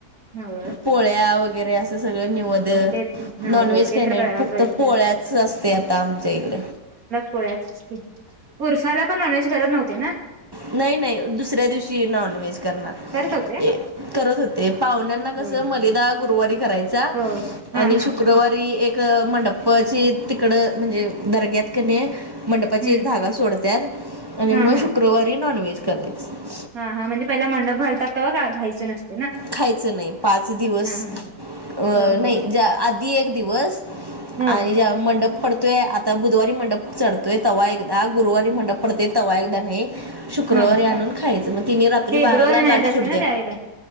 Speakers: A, on the right; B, on the right.
A: होय
B: पोळ्या वगैरे अस सगळं न्यद
A: ते हो
B: नॉन व्हेज
A: हो ते
B: ख
A: तर करायला
B: फक्त
A: पाहिजे
B: पोळ्याच
A: थोडं
B: असते आता आमच्या इकडे
A: पोळ्या उरफला पण नॉनव्हेज करत नव्हते ना
B: नाही नाही दुसऱ्या दिवशी नॉन व्हेज करणार
A: करत होते
B: करत होते पाहुण्यांना कस
A: हो हो
B: मलदा गुरुवारी करायचा
A: हो हा
B: आणि शुक्रवारी
A: हा
B: एक मंडपपाची तिकड म्हणजे दर्ग्यात क मंडपाची
A: हम्म
B: एक धागा सोडतत आणि
A: हा
B: मग
A: हा
B: शुक्रवारी नॉन व्हेज करास
A: हा हां म्हणजेहिला मंडप घलात ते का घायचं नसं
B: खायचं नाही पाच दिवस
A: हा
B: अ
A: हो
B: नाही
A: हो
B: ज आधी एक दिवस
A: ह
B: आणि ज्या मंडप पडतोय ता गुरुवारी मंडप चढतोय तवा्हा एकदा गुरुवारी मंडप पडतेय तवा्हा एकदा नाही शुक्रवारी
A: ह
B: आणून खायचं मग तिने रात्री
A: फेब्रुवारी
B: बाराला
A: महिन्यात
B: गाठ
A: असते
B: सुड
A: ना
B: द्या
A: त्यावेळेला